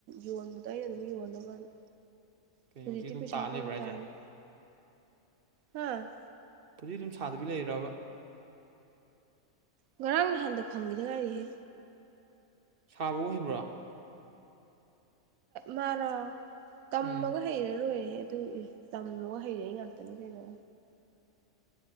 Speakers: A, on the right; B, on the right.
A: ꯌꯣꯟꯕꯗ ꯑꯩꯅ ꯑꯗꯨꯝ ꯌꯣꯟꯅꯕꯅ
B: ꯀꯩꯅꯣꯁꯤ
A: ꯍꯧꯖꯤꯛꯇꯤ
B: ꯑꯗꯨꯝ
A: ꯄꯩꯁꯥ
B: ꯇꯥꯑ
A: ꯐꯔꯛ
B: ꯂꯩꯕ꯭ꯔꯥ ꯍꯥꯏꯁꯦ
A: ꯇꯥꯔꯤ ꯍꯥ
B: ꯍꯧꯖꯤꯛ ꯑꯗꯨꯝ ꯑꯗꯃꯤ ꯂꯩꯔꯕ
A: ꯉꯔꯥꯡ ꯅꯍꯥꯟꯗ ꯐꯪꯈꯤꯗ ꯒꯥꯔꯤꯁꯦ
B: ꯁꯥꯕ ꯑꯣꯏꯍꯟꯕ꯭ꯔꯥ
A: ꯃꯥꯔꯥ ꯇꯃꯒ
B: ꯎꯝ
A: ꯍꯩꯔ ꯂꯣꯏꯦ ꯑꯗꯨ ꯏ ꯇꯝꯂꯣ ꯍꯩꯔ ꯑꯩ ꯉꯥꯛꯇꯅꯤ ꯀꯩꯅꯣ